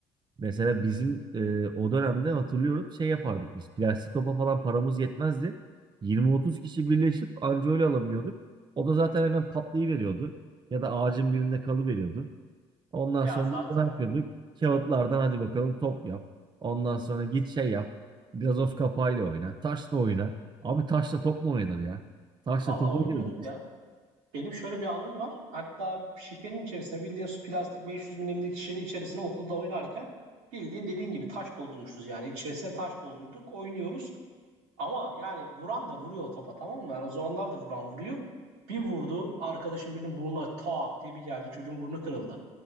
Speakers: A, on the right; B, on the right.
A: Mesela bizim e, o dönemde hatırlıyorum şey yapardık biz. Plastik topa falan paramız yetmezdi. 20-30 kişi birleşip anca öyle alabiliyorduk. O da zaten hemen patlayıveriyordu. Ya da ağacın birinde kalıveriyordu. Ondan
B: Ya
A: sonra
B: zaten
A: biz de ne yapıyorduk? Kağıtlardan hadi bakalım top yap. Ondan sonra git şey yap. Gazoz kapağıyla oyna. Taşla oyna. Abi taşla top mu oynanır ya? Taşla
B: valla
A: top
B: oynuyorduk
A: oynuyorduk biz.
B: ya. Benim şöyle bir anım var. Hatta şişenin içerisine bildiğin plastik 500 milimlik şişenin içerisine okulda oynarken bildiğin dediğin gibi taş doldurmuşuz yani. İçerisine taş doldurduk. Oynuyoruz. Ama yani vuran da vuruyor o topa tamam mı? Yani o zamanlar da vuran vuruyor. Bir vurdu arkadaşın birinin burnuna tak diye bir geldi çocuğun burnu kırıldı.